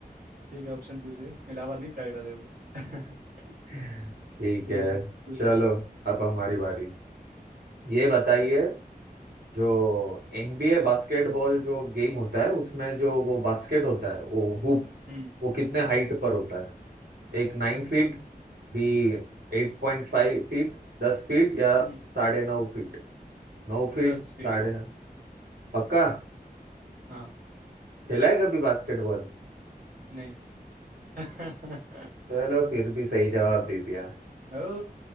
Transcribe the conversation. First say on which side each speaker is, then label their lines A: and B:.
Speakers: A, on the right (about 70°); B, on the right (about 90°).
A: ठीक है ऑप्शन पूछिए इलाहाबाद नहीं प्रयागराज है वो <laughs>
B: ठीक
A: ठीक
B: है
A: है पूछो
B: चलो अब हमारी बारी ये
A: हम्म
B: बताइए जो एनबीए बास्केटबॉल जो गेम होता है उसमें जो वो बास्केट होता है वो हुप
A: हम्म
B: वो कितने हाइट पर होता है एक नाइन
A: अच्छा
B: फीट बी एट पॉइंट फाइव फीट दस फीट या
A: हम्म
B: साढ़े नौ फीट नौ फीट
A: दस फीट
B: साढ़े पक्का
A: हाँ
B: खेला है कभी बास्केटबॉल
A: नहीं <laughs>
B: चलो फिर भी सही जवाब दे दिया
A: ओ